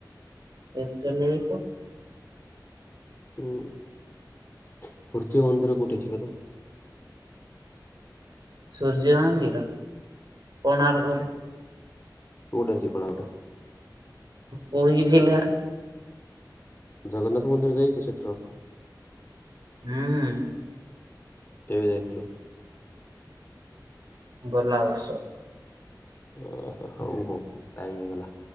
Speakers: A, on the right (about 65°); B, on the left (about 30°).
A: ଏପ୍ରେଲ ଏକ।
B: ଉଁ ସୂର୍ଯ୍ୟ ମନ୍ଦିର କୋଠି ଅଛି କତ?
A: ସୂର୍ଯ୍ୟ ମନ୍ଦିର କୋଣାର୍କରେ।
B: କୋଠେ ଅଛି କୋଣାର୍କ ଟା?
A: ପୁରୀ ଜିଲ୍ଲାରେ।
B: ଜଗନ୍ନାଥ ମନ୍ଦିର ଯାଇଚ ସେଠାର?
A: ହୁଁ।
B: କେବେ ଯାଇଥିଲ?
A: ଗଲା ବର୍ଷ।
B: ଓ ହଉ ହଉ ଟାଇମ ହେଇଗଲା।